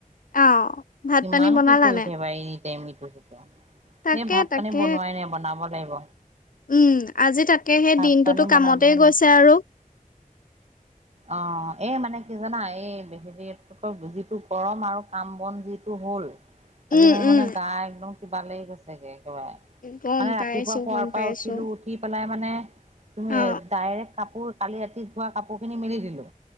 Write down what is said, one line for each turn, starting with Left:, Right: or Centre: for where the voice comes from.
Left: অ'! ভাত
Right: কিমান
Left: পানী বনালা
Right: কি কৰি
Left: নে
Right: থাকিবা। এনিটাইম ইটো সিটো। এই
Left: তাকে
Right: ভাত
Left: তাকে
Right: পানী বনোৱাই নাই। বনাব লাগিব।
Left: উম! আজি তাকে সেই
Right: ভাত
Left: দিনটোতো
Right: পানী
Left: কামতেই
Right: বনাব লাগিব
Left: গৈছে আৰু।
Right: অ'! এ, মানে কি জানা, এই <unintelligible> যিটো গৰম আৰু কাম বন যিটো হ'ল। আজি
Left: উম
Right: মোৰ মানে,
Left: উম
Right: গা একদম কিবা লাগি গৈছেগে।
Left: গম
Right: মানে, ৰাতিপুৱা
Left: পাইছো
Right: শুৱাৰ
Left: গম
Right: পৰা
Left: পাইছো
Right: উঠিলোঁ, উঠি পেলাই মানে, তুমি
Left: অ
Right: ডাৰেক কাপোৰ, কালি ৰাতি ধোৱা কাপোৰ খিনি মেলি দিলোঁ।